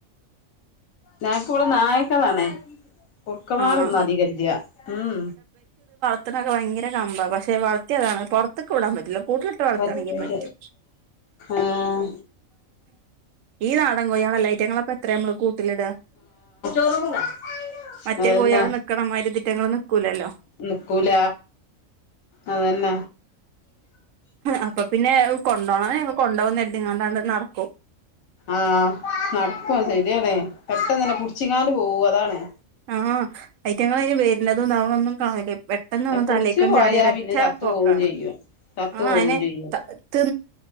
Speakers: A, on the left; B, on the right.
A: ഞക്ക് ഇവിടെ നായക്കളാണേ കുറക്കന്മാരൊന്നും
B: ആഹ്
A: അധികല്യാ ഉം
B: പത്തത്തിനൊക്കെ ഭയങ്ക കമ്പാണ് പക്ഷെ വളർത്തിയതാണ് പുറത്തക്കെ വിടൻ പറ്റില്ലോ കൂട്ടിലിട്ട് വളർത്താണെങ്കിൽ
A: പറ്റൂല
B: പറ്റോ
A: ആഹ്
B: ഈ നാടൻ കൊയാളല്ല റ്റങ്ങളപ്പ എത്രയ നമ്മള് കൂട്ടിലിടുക
A: <unintelligible>
B: മറ്റേ
A: അന്നെ
B: കോഴികള് നിക്കണമാതിരി ഇതിറ്റങ്ങള് നിക്കൂലല്ലോ
A: നിക്കൂല. അതന്നെ
B: അപ്പൊ പിന്നെ കൊണ്ടോണം ഞങ്ങ കൊണ്ടോവുംന്നര്തിങ്ങാണ്ടാണ്ട് നട് ക്കും.
A: ആഹ് നട്ക്കും ശരിയാണേ പെട്ടെന്നന്നെ പുട്ച്ച്ങ്ങാണ്ട് പോവും അതാണ്.
B: ആഹ് അയ്റ്റങ്ങളൈന് വര്ന്നതും താവ്ണും ഒന്നും കാണൂല്ലേ. പെട്ടെന്ന് ഒന്ന്
A: പുടിച്ചു
B: തലേക്കാണ്ട്
A: പോയാ
B: ചാടിയ രറ്റ
A: പിന്നെ ചത്തു
B: പോക്കാണ്
A: പോവും ചെയ്യും ചത്തു
B: ആ
A: പോവും
B: അയ്നെ
A: ചെയ്യും
B: തി